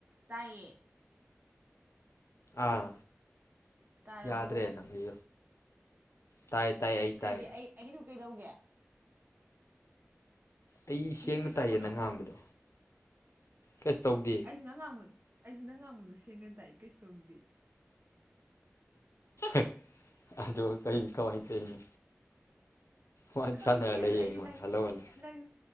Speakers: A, on the right; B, on the left.
A: ꯇꯌꯦ
B: ꯑꯥ
A: ꯇꯥꯔꯕꯣ
B: ꯌꯥꯗ꯭ꯔꯦ ꯅꯪꯒꯤ ꯇꯥꯏ ꯇꯥꯏ ꯑꯩ
A: ꯀꯩꯒꯤ
B: ꯇꯥꯏ
A: ꯑꯩ ꯑꯩꯗꯨ ꯀꯩꯗꯧꯒꯦ
B: ꯑꯩ
A: ꯑꯩꯒꯤ
B: ꯁꯦꯡꯅ
A: ꯀꯩꯗꯧꯕꯅꯣ
B: ꯇꯥꯏꯌꯦ ꯅꯪ ꯉꯥꯡꯕꯗꯣ ꯀꯩꯁꯨ ꯇꯧꯗꯦ
A: ꯑꯩꯁꯨ ꯅꯪ ꯉꯥꯡꯕꯗ ꯑꯩꯁꯨ ꯅꯪ ꯉꯥꯡꯕꯗꯨ ꯁꯦꯡꯅ ꯇꯥꯏ ꯀꯩꯁꯨ ꯇꯧꯗꯦ
B: <inaudible> ꯑꯗꯣ ꯀꯩ ꯀꯃꯥꯏ ꯇꯧꯔꯤꯅꯣ ꯋꯥꯔꯤ
A: ꯈꯪꯗꯦ
B: ꯁꯥꯟꯅꯔ ꯂꯩꯌꯦ
A: ꯑꯩꯗꯤ
B: ꯑꯩꯉꯣꯟꯗ
A: ꯅꯪ
B: ꯍꯜꯂꯣ ꯍꯜꯂꯣ
A: ꯅꯪ